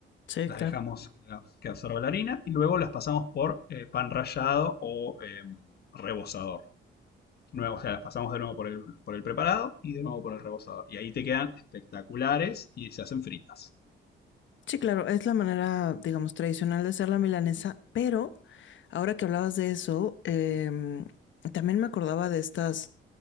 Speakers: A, on the left; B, on the left.
A: Sí,
B: Las
A: claro.
B: dejamos que absorba la harina y luego las pasamos por eh, pan rallado o em, rebozador nuevo, o sea, las pasamos de nuevo por el, por el preparado y de nuevo por el rebosador. Y ahí te quedan espectaculares y se hacen fritas.
A: Sí, claro, es la manera, digamos, tradicional de hacer la milanesa, pero ahora que hablabas de eso, em, también me acordaba de estas